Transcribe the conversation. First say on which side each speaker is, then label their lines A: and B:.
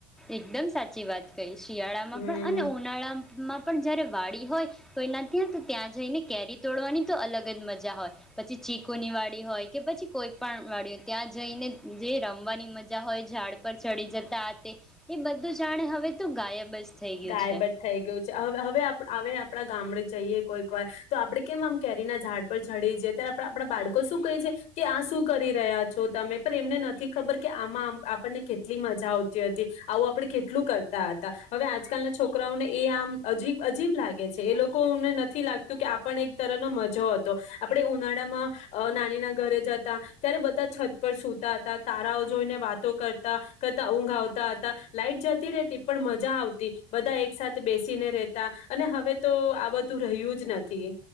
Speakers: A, in the centre; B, on the left.
A: એકદમ સાચી વાત કઈ, શિયાળામાં
B: હમ
A: પણ અને ઉનાળામાં માં પણ જયારે વાડી હોય તોઈ ના ત્યાં તો ત્યાં જઈને કેરી તોડવાની તો અલગ જ મજા હોય, પછી ચીકુની વાડી હોય, કે પછી કોઈ પણ વાડી હોય ત્યાં જઈને જે રમવાની મજા હોય ઝાડ પર ચડી જતા તે એ બધું જાણે હવે તો ગાયબ જ થઈ ગયું
B: ગાયબ
A: છે
B: જ થઈ ગયું છે, હવે-હવે-હવે આપ હવે આપ આપણા ગામડે જઈએ કોઈક વાર તો આપડે કેમ આમ કેરી ના ઝાડ પર ચડી જેથી આપ આપણા બાળકો શું કહે છે કે આ શું કરી રહ્યા છો તમે, પણ એમને નથી ખબર કે આમાં આપણને કેટલી મજા આવતી હતી, આવું આપણે કેટલું કરતા હતા. હવે આજ આજકાલના છોકરાઓને એ આમ અબ અજીબ લાગે છે એ લોકોને નથી લાગતું કે આપ પણ એક તર ન મજો હતો. આપડણે ઉનાળામાં નાની ના ઘરે જતા ત્યારે બધા છત પર સૂતા હતા, તારાઓ જોઈને વાતો કરતા કરતા, ઊંઘ આવતા હતા, લાઈટ જતી રહેતી પણ મજા આવતી બધા એક સાથે બેસીને રેતા અને હવે તો આ બધું રહ્યું જ નથી.